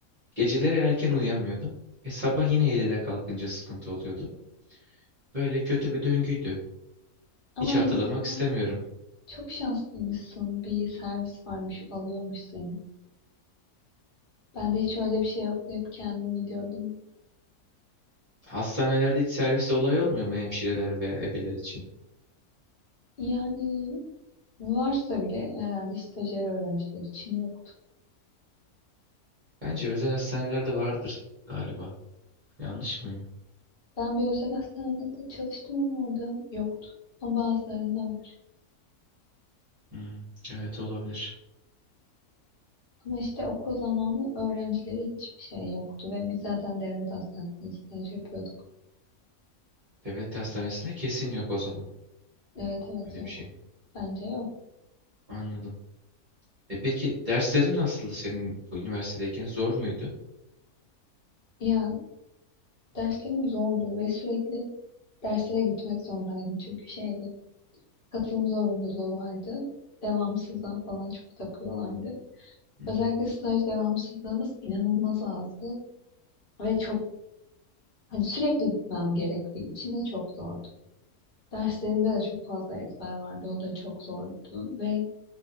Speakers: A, on the right; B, on the left.
A: geceleri erken uyuyamıyordum. E sabah yine 7'de kalkınca sıkıntı oluyordu. Böyle kötü bir döngüydü.
B: Ama
A: Hiç hatırlamak
B: en azından
A: istemiyorum.
B: çok şanslıymışsın. Bir servis varmış alıyormuş seni. Ben de hiç öyle bir şey yoktu. Hep kendim gidiyordum.
A: Hastanelerde hiç servis olayı olmuyor mu hemşireler veya ebeler için?
B: Yani varsa bile herhalde stajyer öğrenciler için yoktu.
A: Bence özel hastanelerde vardır galiba. Yanlış mıyım?
B: Ben bir özel hastanede çalıştım ama orada yoktu. Ama bazılarında var.
A: Hmm, evet olabilir.
B: Ama işte okul zamanı öğrencileri hiçbir şey yoktu ve biz zaten devlet hastanesinde staj yapıyorduk.
A: Devlet hastanesinde kesin yok o zaman.
B: Evet evet
A: Öyle
B: yok.
A: bir şey.
B: Bence yok.
A: Anladım. E peki derslerin nasıldı senin üniversitedeyken? Zor muydu?
B: Ya derslerim zordu ve sürekli derslere gitmek zorundaydım çünkü şeydi. Katılım zorunluluğu vardı. Devamsızlığa falan çok takıyorlardı.
A: Hı hı.
B: Özellikle staj devamsızlığımız inanılmaz azdı ve çok hani sürekli gitmem gerektiği için de çok zordu. Derslerimde de çok fazla ezber vardı. O da çok zordu ve